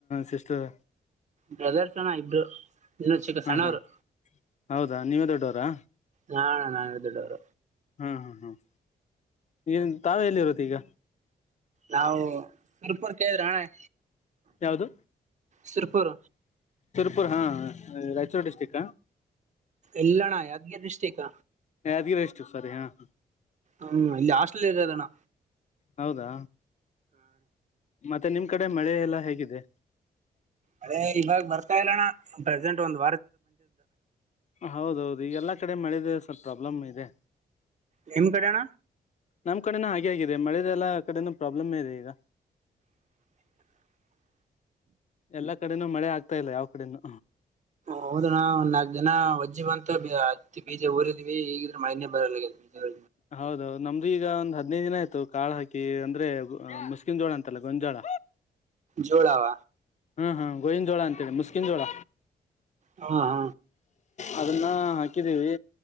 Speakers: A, on the left; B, on the right.
A: ಸಿಸ್ಟರ್
B: ಬ್ರದರ್ಸಣ ಇಬ್ರು ಇನ್ನ ಚಕ್ಕ
A: ಹಾ
B: ಸಣರು
A: ಹಾ ಹೌದಾ ನೀವೇ ದೊಡ್ಡವರಾ
B: ನ ನಾನು ಎ್ದ ವರ
A: ಹ್ಮ್ ಹ್ಮ್ ಹ್ಮ್ ನ್ ತಾವು ಎಲ್ಲಿರುದು ಈಗ
B: ನಾವು ಸುರುಪುರ್ ಕೇಳಿದ್ರಾ ಅಣ್ಣ
A: ಯಾವುದು
B: ಸುರುಪುರ
A: ಪುರ್ ಹಾ ರಾಯಚೂರು ಡಿಸ್ಟ್ರಿಕ್
B: ಇಲ್ಲಣ್ಣ ಯಾದಗಿರ್ ಡಿಸ್ಟ್ರಿಕ್ಟ್
A: ಯಾದಿಎಷ್ಟು ಸರಿ ಹಾ ಹಾ
B: ಅವನು ಹಾಸ್ಟೆಲ್ ಇರುದಣ್ಣ
A: ಹೌದಾ ಮತ್ತೆ ನಿಮ್ ಕಡೆ ಮಳೆ ಎಲ್ಲಾ ಹೇಗಿದೆ
B: ಅದೇ ಇವಾಗ ಬರ್ತಾ ಇಲ್ಲಣ್ಣ ಪ್ರೆಜೆಂಟ್ ಒಂದು
A: ಹೌದೌದು ಈಗೆಲ್ಲಾ ಕಡೆ ಮಳಿದೆ ಸ್ವಲ್ಪ ಪ್ರಾಬ್ಲಮ್ ಇದೆ
B: ನಿಮ್ ಕಡೆಣ
A: ನಮ್ ಕಡೆನ ಹಾಗೆ ಆಗಿದೆ ಮಳೆದೆಲ್ಲ ಕಡೆನೂ ಪ್ರಾಬ್ಲಮೇ ಇದೆ ಈಗ
B: <unintelligible>
A: ಎಲ್ಲಾ ಕಡೆನೂ ಮಳೆ ಆಗ್ತಾ ಇಲ್ಲ ಯಾವ ಕಡೆನೂ
B: ಹೌದಣ ಒ ನಾಲ್ಕ ಜನ ವಜ್ಜ ಬಂತಂದ್ರ ಹತ್ತಿ ಬೀಜಾ ಉರ್ವಿ ದಿವಿ ಈಗಿದ್ರೆ ಮಳಿ ನೆ ಬರಲ್ಲ ಗೆದ
A: ಹೌದೌದು ನಮ್ದು ಈಗ ಒಂದ್ ಹದಿನೈದು ದಿನ ಆಯ್ತ ಕಾಳ ಹಾಕಿ ಅಂದ್ರೆ ಮುಸ್ಕಿನಜೋಳ ಅಂತಲ್ಲ ಗಂಜೋಳ
B: ಜೊಳಾವ
A: ಹಾ ಹಾ ಗೋವಿಂದ ಜೋಳ ಅಂತೇಳಿ ಮುಸ್ಕಿನ್ ಜೋಳ
B: ಹಾ ಹಾ
A: ಅದನ್ನ ಹಾಕಿದ್ದೀವಿ